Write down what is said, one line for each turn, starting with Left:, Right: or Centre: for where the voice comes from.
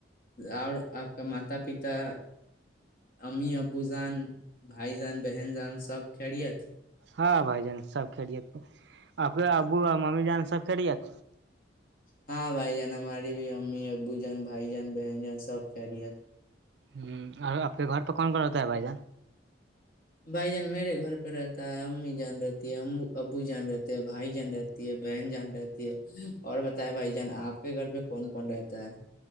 Left: اور آپ کا ماتا پتا ام ابوزان بھائی جان بہن جان سب کھیلےت
Right: ہاں بھائی جان سب کھیڑیت آ کے ابو اور ممی جان سب کھیڑیےت
Left: ہاں بھائی جان ہماری بھی امی ابو جان بھائی جان بہن جان سب کرہ رہی ہے
Right: ہ اور آپ کے گھر پہ کون کون ہوتا ہے بھائی جان
Left: بھائی جان میرے گھر پہ رہتا ہے امی جان رہتی ہے ا ابو جان رہتے ہیں بھائی جان رہتی ہے بہن جان رہتی ہے اور بتائے بھائی جان آپ کے گھر پہ کون کون رہتا ہے